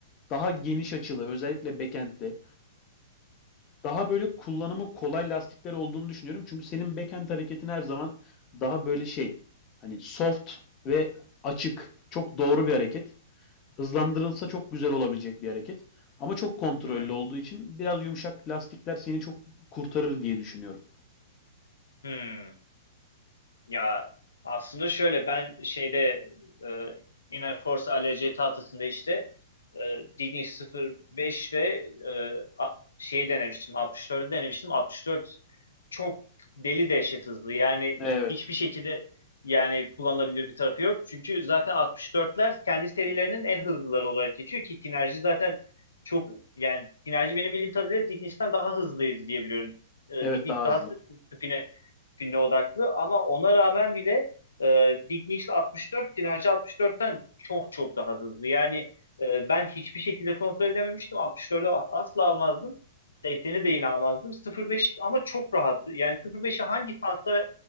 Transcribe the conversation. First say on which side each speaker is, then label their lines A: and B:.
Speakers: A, on the left (about 30°); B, on the left (about 85°).
A: daha geniş açılı özellikle backend'de Daha böyle kullanımı kolay lastikler olduğunu düşünüyorum. Çünkü senin backhand hareketin her zaman daha böyle şey hani soft ve açık. Çok doğru bir hareket. Hızlandırılsa çok güzel olabilecek bir hareket. Ama çok kontrollü
B: Hı hı.
A: olduğu için biraz yumuşak lastikler seni çok kurtarır diye düşünüyorum.
B: Hmm. Ya aslında şöyle ben şeyde e, Inner Force ALC tahtasında işte e, Dignic 05 ve e, a- şeyi denemiştim 64'ü denemiştim. 64 çok deli dehşet hızlı yani
A: Evet.
B: hiçbir şekilde yani kullanılabilir bir tarafı yok. Çünkü zaten 64'ler kendi serilerinin en hızlıları olarak geçiyor ki Kinerji zaten çok yani Kinerji benim bildiğim kadarıyla Dignic'ten daha hızlıydı diye biliyorum. E,
A: Evet
B: Dignic
A: daha
B: daha
A: hızlı.
B: s- spin'e güne odaklı ama ona rağmen bile e, Dick Nichols 64 Dinarcı 64'ten çok çok daha hızlı. Yani e, ben hiçbir şekilde kontrol edememiştim. 64'ü asla almazdım. 80'i de yine almazdım. 05 ama çok rahat. Yani 05'i hangi tahtada